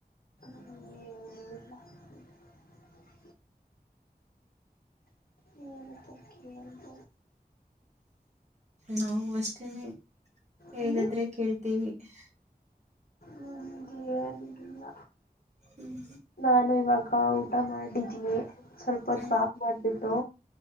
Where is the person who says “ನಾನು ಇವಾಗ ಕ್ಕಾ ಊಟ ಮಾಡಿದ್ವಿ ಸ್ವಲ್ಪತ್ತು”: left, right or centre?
Left